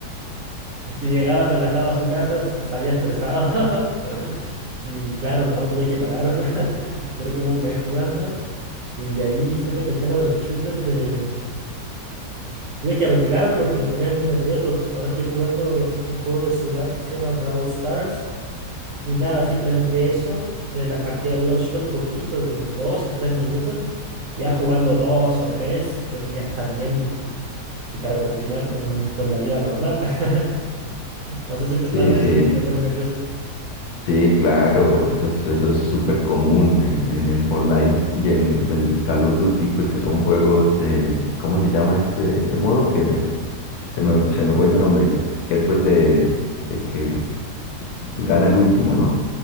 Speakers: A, on the right; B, on the left.
A: Y llegaba relajado a su casa, s- salía estresado. <laughs> Y claro, no, tuve que parar. <laughs> Duré como un mes jugando. Y de ahí siento que el tema de los shooters me... Tuve que retirarme porque me ponía muy nervioso. Ahora estoy jugando un juego de celular que se llama Brawl Stars. Y nada, simplemente eso. Eh, las partidas duran súper poquito, de 2 a 3 minutos. Ya jugando 2 o 3 creo que ya está bien y, y para continuar con, con la vida normal. <laughs> No sé si te
B: Sí,
A: pasa
B: sí,
A: eso de que te pone nervioso.
B: Sí, claro, eso es, eso es súper común en, en el Fortnite y en el Call of Duty, pues que son juegos de, ¿cómo se llama este, este modo? Que se me, ol- se me fue el nombre, que después de, de que gana el último, ¿no?